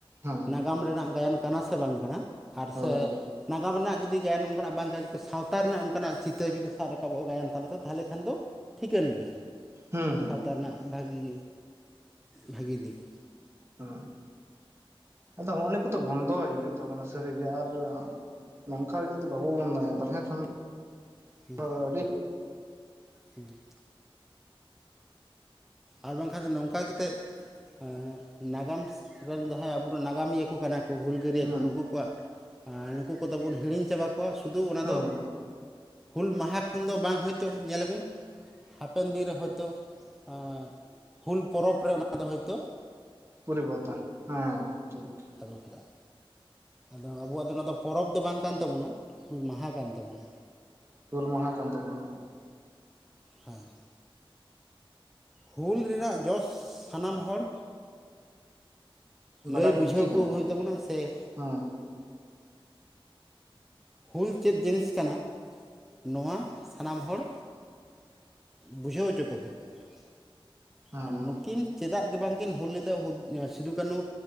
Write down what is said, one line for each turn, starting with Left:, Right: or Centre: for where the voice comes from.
Right: ᱦᱩᱸ
Centre: ᱱᱟᱜᱟᱢ ᱨᱮᱱᱟᱜ ᱜᱟᱭᱟᱱ ᱠᱟᱱᱟ ᱥᱮ ᱵᱟᱝ ᱠᱟᱱᱟ ᱟᱨ
Right: ᱦᱳᱭ
Centre: ᱥᱮ ᱱᱟᱜᱟᱢ ᱨᱮᱱᱟᱜ ᱡᱩᱫᱤ ᱜᱟᱭᱟᱱ ᱚᱱᱠᱟᱱᱟᱜ ᱵᱟᱝ ᱠᱟᱱᱟ ᱡᱩᱫᱤ ᱥᱟᱶᱛᱟ ᱨᱮᱱᱟᱜ ᱚᱱᱠᱟᱱᱟᱜ ᱪᱤᱛᱟᱹᱨ ᱡᱩᱫᱤ ᱥᱟᱵ ᱨᱟᱠᱟᱵᱚᱜᱼᱟ ᱜᱟᱭᱟᱱ ᱛᱟᱞᱟᱛᱮ ᱛᱟᱦᱚᱞᱮ ᱠᱷᱟᱱ ᱫᱚ ᱴᱷᱤᱠᱟᱹᱱ ᱜᱮᱭᱟ
Right: ᱦᱩᱸ ᱦᱩᱸ
Centre: ᱥᱟᱶᱛᱟ ᱨᱮᱱᱟᱜ ᱵᱷᱟᱹᱜᱤ ᱵᱷᱟᱹᱜᱤ ᱫᱤᱠ
Right: ᱦᱳᱭ ᱟᱫᱚ ᱦᱚᱸᱜᱼᱚ ᱱᱤᱭᱟ ᱠᱚᱫᱚ ᱵᱚᱱᱫᱚ ᱦᱩᱭᱩᱜ ᱛᱟᱵᱚᱱᱟ ᱥᱟᱹᱨᱤ ᱜᱮ ᱟᱨ ᱱᱚᱝᱠᱟ ᱡᱩᱫᱤ ᱵᱟᱵᱚ ᱵᱚᱱᱫᱚᱭᱟ ᱛᱟᱦᱚᱞᱮ ᱠᱷᱟᱱ
Centre: ᱦᱤᱸ
Right: ᱫᱚ ᱟᱹᱰᱤ
Centre: ᱦᱤᱸᱻ ᱟᱨ ᱵᱟᱝᱠᱷᱟᱡ ᱫᱚ ᱱᱚᱝᱠᱟ ᱠᱟᱛᱮᱫ ᱦᱮ ᱱᱟᱜᱟᱢ ᱨᱮᱱ ᱡᱟᱦᱟᱸᱭ ᱟᱵᱩᱨᱮᱱ ᱱᱟᱜᱟᱢᱤᱭᱟᱹ ᱠᱩ ᱠᱟᱱᱟ ᱠᱩ ᱦᱩᱞ ᱜᱟᱹᱨᱤᱭᱟᱹ
Right: ᱦᱩᱸ
Centre: ᱠᱚ ᱱᱩᱠᱩ ᱠᱚᱣᱟᱜ ᱱᱩᱠᱩ ᱠᱚᱫᱚ ᱵᱚᱱ ᱦᱤᱲᱤᱧ ᱪᱟᱵᱟ ᱠᱚᱣᱟ ᱥᱩᱫᱷᱩ ᱚᱱᱟ
Right: ᱦᱳᱭ
Centre: ᱫᱚ ᱦᱩᱞ ᱢᱟᱦᱟ ᱠᱷᱚᱱ ᱫᱚ ᱵᱟᱝ ᱦᱚᱭᱛᱚ ᱧᱮᱞᱟᱵᱚᱱ ᱦᱟᱯᱮᱱ ᱫᱤᱱ ᱨᱮ ᱦᱚᱭᱛᱚ ᱟ. ᱦᱩᱞ ᱯᱚᱨᱚᱵᱽ ᱨᱮ ᱚᱱᱟ ᱫᱚ ᱦᱚᱭᱛᱚ
Right: ᱯᱩᱨᱤᱵᱚᱨᱛᱚᱱ ᱦᱮᱸ ᱴᱷᱤᱠ
Centre: ᱟᱹᱨᱩ ᱯᱷᱮᱨᱟᱜ-ᱟ ᱟᱫᱚ ᱟᱵᱚᱣᱟᱜ ᱫᱚ ᱱᱚᱣᱟ ᱫᱚ ᱯᱚᱨᱚᱵᱽ ᱫᱚ ᱵᱟᱝ ᱠᱟᱱ ᱛᱟᱵᱚᱱᱟ ᱦᱩᱞ ᱢᱟᱦᱟ ᱠᱟᱱ ᱛᱟᱵᱚᱱᱟ
Right: ᱦᱩᱞ ᱢᱟᱦᱟ ᱠᱟᱱ ᱛᱟᱵᱚᱱᱟ
Centre: ᱦᱮᱸ ᱦᱩᱞ ᱨᱮᱱᱟᱜ ᱡᱚᱥ ᱥᱟᱱᱟᱢ ᱦᱚᱲ
Right: ᱵᱟᱰᱟᱭ
Centre: ᱞᱟᱹᱭ ᱵᱩᱡᱷᱟᱹᱣ
Right: ᱞᱟᱹᱠᱛᱤ ᱠᱟᱱᱟ
Centre: ᱠᱚ ᱦᱩᱭᱩᱜ ᱛᱟᱵᱚᱱᱟ ᱥᱮ ᱮ
Right: ᱦᱮᱸ
Centre: ᱦᱩᱞ ᱪᱮᱫ ᱡᱤᱱᱤᱥ ᱠᱟᱱᱟ ᱱᱚᱣᱟ ᱥᱟᱱᱟᱢ ᱦᱚᱲ ᱵᱩᱡᱷᱟᱹᱣ ᱦᱚᱪᱚ ᱠᱚ ᱦᱩᱭᱩᱜ ᱛᱟᱵᱚᱱᱟ
Right: ᱦᱮᱸ
Centre: ᱟᱨ ᱱᱩᱠᱤᱱ ᱪᱮᱫᱟᱜ ᱱᱩᱠᱤᱱ ᱢᱟ ᱠᱤᱱ ᱦᱩᱞ ᱞᱮᱫᱟ ᱥᱤᱫᱩᱼ ᱠᱟᱹᱱᱩ